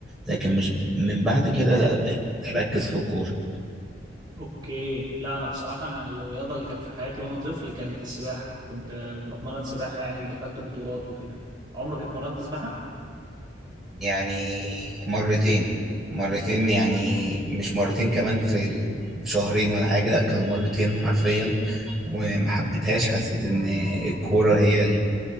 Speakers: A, in the centre; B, on the right.
A: لكن مش من بعد كده لا بقيت اركز في الكوره
B: اوكي لا انا بصراحه انا الرياضه اللي كانت في حياتي وانا طفل كانت السباحه كنت بتمرن سباحه يعني ودخلت بطولات وكده عمرك اتمرنت سباحه
A: يعني مرتين مرتين يعني مش مرتين كمان في الشهرين ولا حاجة لا كانوا مرتين حرفيا وما حبيتهاش حسيت ان الكورة هي